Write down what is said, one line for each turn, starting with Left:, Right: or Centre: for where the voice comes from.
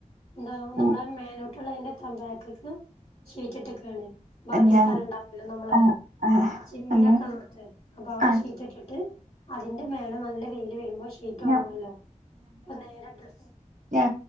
Left: താവു
Right: ഉം,
Left: നമ്മളെ മേലോട്ട്ള്ളതിന്റെ തമ്പാക്ക്ക്ക് ഷീറ്റിട്ടക്കാണ് ബാക്കി
Right: ഞാൻ
Left: സ്ഥലംണ്ടാവുല്ലോ നമ്മളെ
Right: ആ ആ
Left: ചിമ്മിണ്യോക്കെള്ളോട്ത്ത്
Right: അങ്ങനെ
Left: അപ്പവിടെ
Right: ആ
Left: ഷീറ്റിട്ടില ട്ട് അതിന്റെ മേലെ നല്ല വെയില് വരുമ്പോ ഷീറ്റൊണങ്ങല്ലോ
Right: ഞ-
Left: അത് നേരെ ഡ്രസ്
Right: ഞ